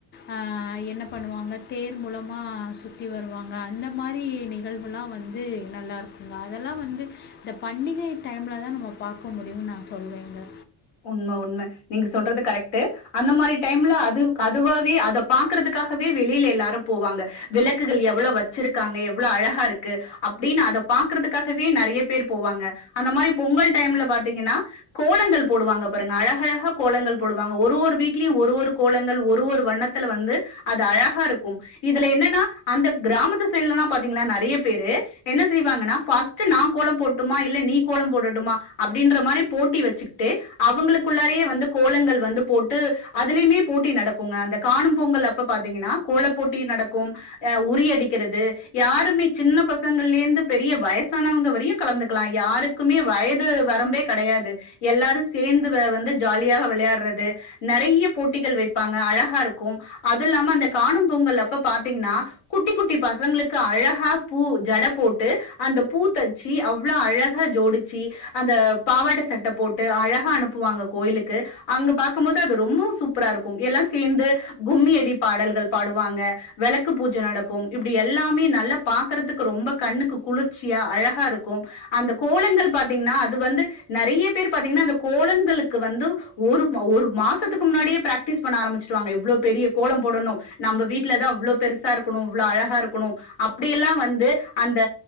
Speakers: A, on the left; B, on the left.
A: ஆ என்ன பண்ணுவாங்க தேர் மூலமா சுத்தி வருவாங்க அந்த மாரி நிகழ்வெலா வந்து நல்லாருக்குங்க அதெல்லா வந்து இந்த பண்டிகை டைம்ல தா நம்ம பாக்க முடியும்னு நா சொல்வேங்க
B: உண்ம உண்ம நீங்க சொல்றது கரெக்டு அந்த மாறி டைம்ல அதுக்கதுவாவே அத பாக்குறதுக்காகவே வெளில எல்லாரு போவாங்க விளக்குகள் எவ்ளோ வச்சிருக்காங்க எவ்ளோ அழகாருக்கு அப்படின்னு அத பாக்குறதுக்காகவே நெறைய பேர் போவாங்க அந்த மாறி பொங்கல் டைம்ல பாத்தீங்கன்னா கோலங்கள் போடுவாங்க பாருங்க அழகழக கோலங்கள் போடுவாங்க ஒரு ஒரு வீட்லயு ஒரு ஒரு கோலங்கள் ஒரு வண்ணத்தில வந்து அது அழகாருக்கு இதுல என்னன்னா அந்த கிராமத்து சைடலலா பாத்தீங்கன்னா நெறைய பேரு என்ன செய்வாங்கன்னா ஃபஸ் ட்டு நா கோலம் போடட்டுமா இல்ல நீ கோலம் போடட்டுமா அப்டின்ற மாறி போட்டி வச்சு ட்டு அவங்களுக்குள்ளாரே வந்து கோலங்கள் வந்து போட்டு அதுலயுமே போட்டி நடக்கு ங்க அந்த காணும் பொங்கல் அப்ப பாத்தீங்கன்னா கோல போட்டி நடக்கும் அ உறி அடிக்கிறது யாருமே சின்ன பசங்கள்லேருந்து பெரிய வயசானவங்க வரையு கலந்துக்கலா யாருக் க்குமே வயது வரம்பே கெடையாது எல்லாரு சேந்து வ வந்து ஜாலியாக வெளையாட்றது நெறைய போட்டிகள் வைப்பாங்க அழகாருக்கும் அது இல்லாம அந்த காணும் பொங்கல் அப்ப பாத்தீங்கன்னா குட்டி குட்டி பசங்களுக்கு அழகா பூ ஜட போட்டு அந்த பூ தச்சு அவ்ளோ அழகா ஜோடுச் சி அந்த பாவாட சட்ட போட்டு அழகா அனுப்புவாங்க கோயிலுக்கு அங்க பாக்கும்போது அது ரொம்ப சூப்பராருக்கும் எல்லாம் சேர்ந்து கும்மி அடி பாடல்கள் பாடுவாங்க விளக்கு பூஜ நடக்கும் இப்டி எல்லாமே நல்லா பாக்குறதுக்கு ரொம்ப கண்ணுக்கு குளிர்ச்சியா அழகா இருக்கும் அந்த கோலங்கள் பாத்தீங்கன்னா அது வந்து நெறைய பேர் பாத்தீங்கன்னா அந்த கோலங்களுக்கு வந்து ஒரு ஒரு மாசத்துக்கு முன்னாடியே பிராக்டிஸ் பண்ண ஆரம்பிச்சு வாங்க இவ்ளோ பெரிய கோலம் போடணு நம்ம வீட்டுல தா அவ்ளோ பெருசா இருக்கணு இவ்ளோ அழகா இருக்கணு அப்டியெல்லா வந்து அந்த